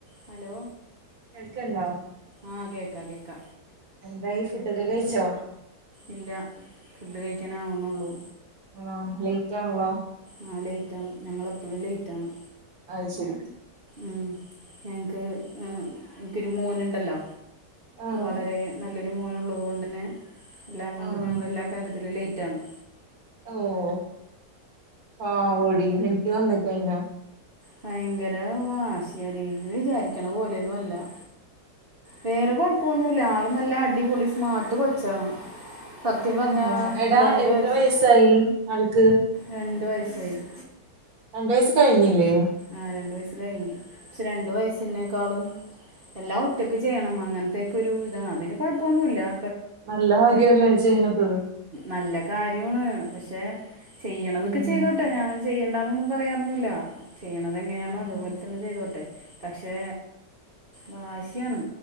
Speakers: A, on the right; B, on the right.
A: ഹലോ
B: കേൾക്കണ്ടോ
A: ആ കേക്കണ്ട്
B: എന്തായി ഫുഡൊക്കെ കഴിച്ചോ
A: ഇല്ല ഫുഡ് കഴിക്കാനാവണുള്ളൂ
B: ആ ലേറ്റ് ആണല്ലോ
A: ആ ലേറ്റാണ് ഞങ്ങളെപ്പോഴും ലേറ്റാണ്
B: അയി ശരി
A: ഉം ഞങ്ങക്ക് എനിക്കൊരു മോനുണ്ടല്ലോ
B: ആഹ്
A: വളരെ നല്ലൊരു മോനുള്ളത് കൊണ്ടന്നെ എല്ലാം കൊണ്ട്
B: ആഹ്
A: ഞങ്ങളെല്ലാ കാര്യത്തിലും ലേറ്റാണ്
B: ഓഹ് പാവോടി എനിക്ക് തന്നേക്കതിനെ-
A: ഭയങ്കര വാശിയാടി നീ വിചാരിക്കണ പോലെയൊന്നും അല്ല- വേറെ കൊഴപ്പൊന്നുമില്ല ആള് നല്ല അടിപൊളി സ്മാട്ട് കൊച്ചാണ്- സത്യം പറഞ്ഞാ
B: ഉം ആഹ് എടാ
A: രണ്ട്
B: എത്ര
A: വയസ്സ്
B: വയസ്സായി ആൾക്ക്
A: രണ്ടു വയസായി-
B: രണ്ടു വയസ് കഴിഞ്ഞില്ലേ?
A: ആഹ് രണ്ടു വയസ്സ് കഴിഞ്ഞ് പക്ഷെ രണ്ടു വയസിനേക്കാളും- എല്ലാം ഒറ്റക്ക് ചെയ്യണം അങ്ങനത്തെക്കെരു ഇതാണ് അതിന് കൊഴപ്പൊന്നുമില്ല-
B: നല്ല കാര്യല്ലേ ചെയ്യണത്-
A: നല്ല കാര്യമാണ് പക്ഷെ ചെയ്യണതൊക്കെ
B: ഉം
A: ചെയ്തോട്ടെ ഞാൻ- ചെയ്യണ്ടാന്നൊന്നും പറയാറൊന്നൂല്ല ചെയ്യണത് എങ്ങനെയാണോ
B: ഉം
A: അതുപോലെ
B: ഉം
A: തന്നെ ചെയ്തോട്ടെ പക്ഷേ വാശിയാണ്